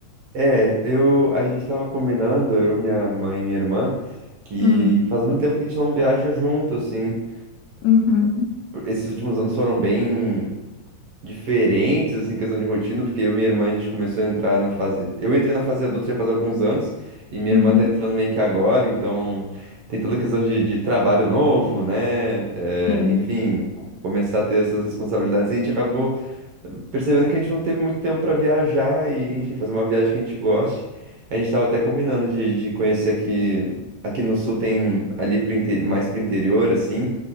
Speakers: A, on the right; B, on the left.
A: É, eu, a gente tava combinando, eu, minha mãe e minha irmã, que
B: Hum,
A: faz muito tempo que a gente não viaja junto, assim.
B: uhum,
A: Esses últimos anos foram bem diferentes, assim, em questão de rotina, porque eu e minha irmã, a gente começou a entrar na fase... Eu entrei na fase adulta já faz alguns anos, e minha
B: uhum,
A: irmã tá entrando meio que agora, então tem toda a questão de, de trabalho novo, né? É,
B: sim,
A: enfim, co- começar a ter essas responsabilidades, e a gente acabou percebendo que a gente não teve muito tempo para viajar e, enfim, fazer uma viagem que a gente goste. A gente estava até combinando de, de conhecer aqui, aqui no sul tem ali pro inte- mais pro interior, assim,